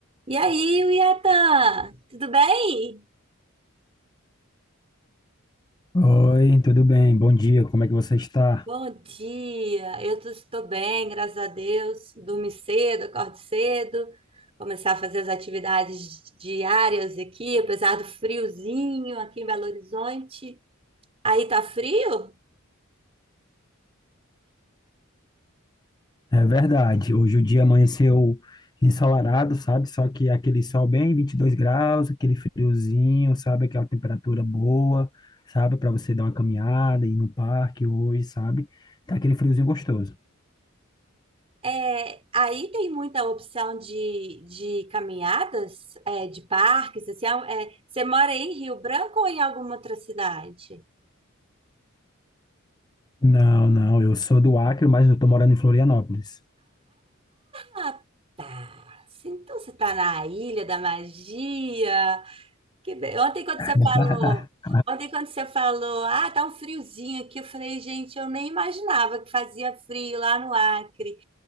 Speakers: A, on the right; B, on the left.
A: E aí, Yatan, tudo bem?
B: Oi, tudo bem? Bom dia, como é que você está?
A: Bom dia, eu tô- estou bem, graças a Deus. Dormi cedo, acordo cedo, começar a fazer as atividades diárias aqui, apesar do friozinho aqui em Belo Horizonte. Aí tá frio?
B: É verdade, hoje o dia amanheceu ensolarado, sabe? Só que aquele sol bem 22 graus, aquele friozinho, sabe? Aquela temperatura boa, sabe? Para você dar uma caminhada, ir no parque hoje, sabe? Tá aquele friozinho gostoso.
A: É, aí tem muita opção de, de caminhadas, é, de parques, assim, é, é, você mora em Rio Branco ou em alguma outra cidade?
B: Não, não, eu sou do Acre, mas eu tô morando em Florianópolis.
A: Ah, Assim, Então você está na Ilha da Magia. Que be- Ontem quando você
B: <laughs>
A: falou, ontem quando você falou, ah, tá um friozinho aqui, eu falei, gente, eu nem imaginava que fazia frio lá no Acre.